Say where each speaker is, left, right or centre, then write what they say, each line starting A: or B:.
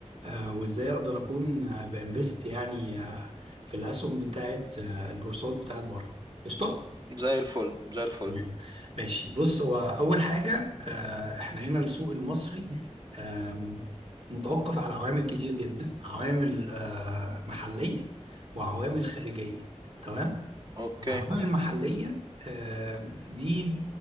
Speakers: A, on the right (about 55°); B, on the right (about 35°).
A: آه، وازاي اقدر اكون آه، بانفست يعني آه، في الاسهم بتاعت آه، البورصات بتاعت بره قشطة
B: زي الفل زي الفل
A: تمام ماشي بص هو اول حاجه آه، احنا هنا السوق المصري آم، متوقف على عوامل كتير جدا عوامل آه، محليه وعوامل خارجيه تمام
B: اوكي
A: العوامل المحلية آه، دي